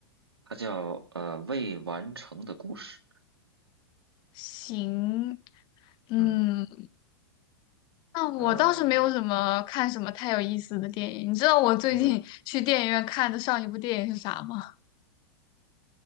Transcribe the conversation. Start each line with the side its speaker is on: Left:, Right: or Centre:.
Right: 它叫呃未完成的故事，
Left: 行，嗯，
Right: 嗯
Left: 那我倒是没有什么看什么太有意思的电影。
Right: 呃
Left: 你知道我最近
Right: 嗯，
Left: <laughs> 去电影院看的上一部电影是啥吗？